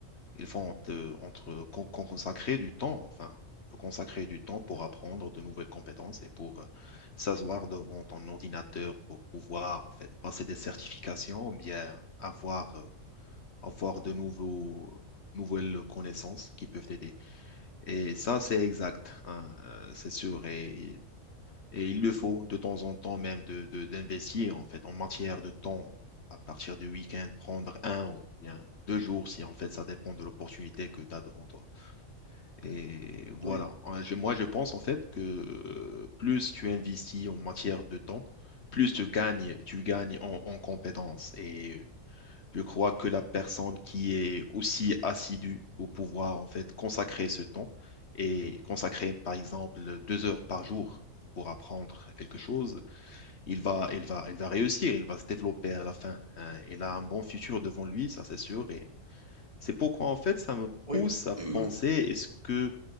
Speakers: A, on the left; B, on the right.
A: il faut entre, entre- con- con- consacrer du temps. Enfin, il faut consacrer du temps pour apprendre de nouvelles compétences et pour euh, s'asseoir devant ton ordinateur pour pouvoir en fait passer des certifications, bien avoir, euh, avoir de nouveaux, nouvelles connaissances qui peuvent t'aider. Et ça, c'est exact, hein, euh, c'est sûr. Et, et il le faut de temps en temps même de, de- d'investir en fait en matière de temps. À partir du week-end, prendre un ou bien deux jours, si en fait ça dépend de l'opportunité que tu as devant toi. Et voilà.
B: oui,
A: Euh, je- Moi, je pense en fait que euh, plus tu investis en matière de temps, plus tu gagnes, tu gagnes en, en compétences. Et je crois que la personne qui est aussi assidue pour pouvoir en fait consacrer ce temps et consacrer par exemple deux heures par jour pour apprendre quelque chose, il va, il va, il va réussir, il va se développer à la fin. hein. Il a un bon futur devant lui, ça c'est sûr. Et c'est pourquoi en fait ça me
B: oui.
A: pousse à
B: <clears throat>
A: penser, est-ce que